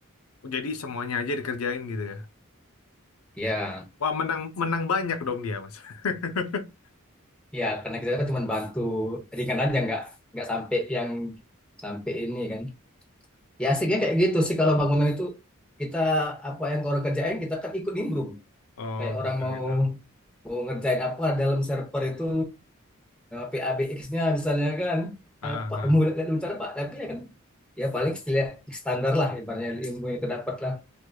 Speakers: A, on the left (about 85°); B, in the centre.
A: Jadi semuanya aja dikerjain gitu ya.
B: Ya
A: Wah, menang menang banyak dong dia, Mas. <laughs>
B: ya karena kita kan cuma bantu ringan aja nggak nggak sampai yang sampai ini kan. Ya asiknya kayak gitu sih kalau bangunan itu kita apa yang orang kerjain kita kan ikut nimbrung.
A: Oh,
B: Kayak orang
A: gitu
B: mau
A: gitu.
B: mau ngerjain apa dalam server itu PABX-nya misalnya kan
A: Ah,
B: apa
A: ah, ah.
B: mau lihat bentar Pak tapi ya kan ya paling lihat standar lah ibaratnya ilmu yang terdapat lah.